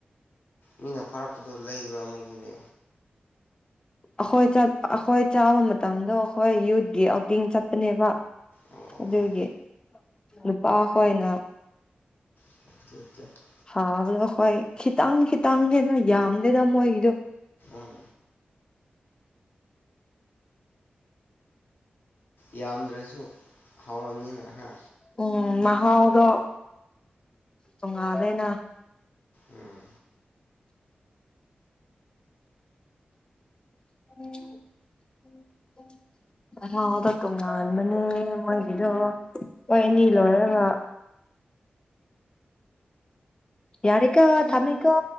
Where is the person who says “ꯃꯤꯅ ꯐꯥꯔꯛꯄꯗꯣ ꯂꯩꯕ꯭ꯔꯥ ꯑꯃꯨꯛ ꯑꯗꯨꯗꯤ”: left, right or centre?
Left